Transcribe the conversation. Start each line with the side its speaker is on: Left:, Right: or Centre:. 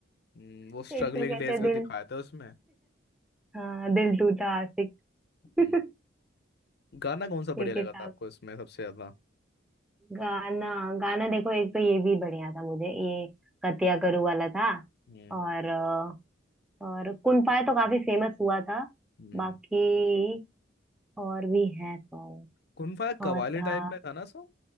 Left: हम्म,
Centre: <laughs>
Left: वो स्ट्रगलिंग
Centre: इसको कहते
Left: डेज
Centre: हैं
Left: भी
Centre: दिल
Left: दिखाया था उसमें
Centre: हाँ दिल टूटा आशिक <laughs>
Left: हम्म, गाना कौन सा बढ़िया
Centre: एक
Left: लगा
Centre: हिसाब
Left: था आपको इसमें सबसे ज्यादा
Centre: गाना गाना देखो एक तो ये भी बढ़िया था मुझे ये कतिया करू वाला था
Left: हम्म
Centre: और अ, और कुन फाया तो काफी फेमस हुआ था
Left: हम्म
Centre: बाकी और भी है सॉन्ग
Left: कुनफा कवाली
Centre: और था
Left: टाइप में था ना सो